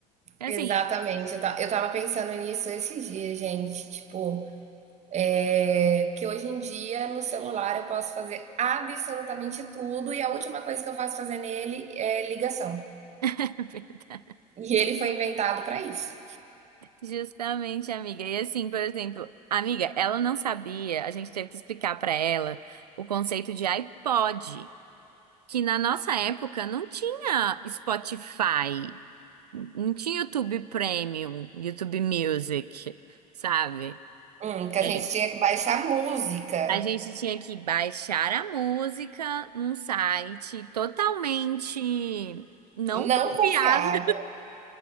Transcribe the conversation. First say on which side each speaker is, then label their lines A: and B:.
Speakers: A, on the right (about 75°); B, on the right (about 35°).
A: É
B: Exatamente,
A: Assim,
B: eu, ta- eu tava pensando nisso esses dias, gente, tipo, é, que hoje em dia no celular eu posso fazer absolutamente tudo e a última coisa que eu faço fazer nele é ligação.
A: <laughs>
B: E ele foi inventado pra isso.
A: Justamente, amiga. E assim, por exemplo, amiga, ela não sabia, a gente teve que explicar pra ela o conceito de iPod, que na nossa época não tinha Spotify, não tinha YouTube Premium, YouTube Music, sabe?
B: Hum, que a
A: É.
B: gente tinha que baixar música.
A: A gente tinha que baixar a música num site totalmente não
B: Não
A: confiável
B: confiava.